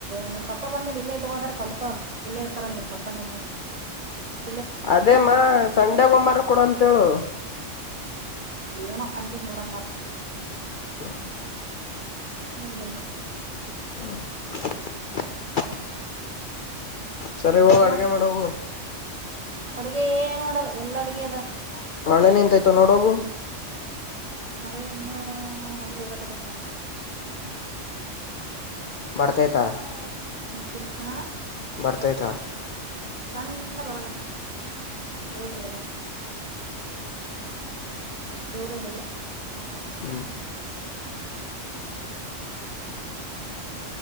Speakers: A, on the right; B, on the left.
A: ನಿಮ್ ಪಪ್ಪಾ ಬಂದ್ಮೇಲೆ ಇಲ್ಲೇ ಇಟಕೋ ಅಂದ್ರ ಕಲ್ಕೋ ಇಲ್ಲೇ ಇರ್ತಾರಲ್ಲ ನಿಮ್ ಪಪ್ಪ ನಿನ್ ಮುಂದು. <unintelligible>
B: ಅದೇ ಅಮ್ಮ ಸಂಡೆಗ ಒಮ್ಮೆರ ಕೊಡ ಅಂತ ಹೇಳು? <unintelligible>
A: ಏನೋ ಅಂದಿಲ್ಲ ನೋಡ ಮತ್ತ? <unintelligible>
B: ಆ <unintelligible>
A: ಮುಂದಿದ ಮುಂದ. <unintelligible>
B: ಹ <unintelligible> ಸರಿ ಹೋಗ
A: ಮತ್ತ
B: ಅಡಗೆ ಮಾಡ ಹೋಗು. <unintelligible>
A: ಅಡುಗೆ ಏನ್ ಮಾಡಲ್ಲ ಎಲ್ಲಾ ಅಡುಗೆ ಅದ. <unintelligible>
B: ಒಳ್ಳೆ ನಿಂತೈತ ನೋಡೋಗು
A: ಮಳೆ ಇನ್ನು ಹನಿ ಉದರಕತ್ತೈತ ಸಣ್ಣಗ <unintelligible>
B: ಬರ್ತಾ ಐತಾ? <unintelligible>
A: ಇಲ್ ಆ <unintelligible>
B: ಬರ್ತೈತಾ? <unintelligible>
A: ಸಣ್ಣ ಬರಕತೈತ ಊರ ಸೈಡ ಬಾ <unintelligible> ಜೋರ ಏನಿಲ್ಲ ಸಣ್ಣ ಹೊಂಟೈತ
B: ಹ್ಮ್
A: <unintelligible>